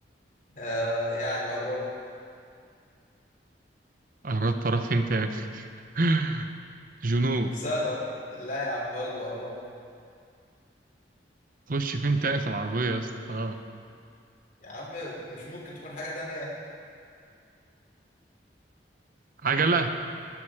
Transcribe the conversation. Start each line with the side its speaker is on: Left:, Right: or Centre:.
Left: آه يعني قربت
Right: قربت اروح فين تاني <laughs> جنود
Left: سهلة لا يا عم برضه قربت
Right: خش فين تاني في العربية يا اسطى خلاص
Left: يا عم مش ممكن تكون حاجة تانية
Right: عجلة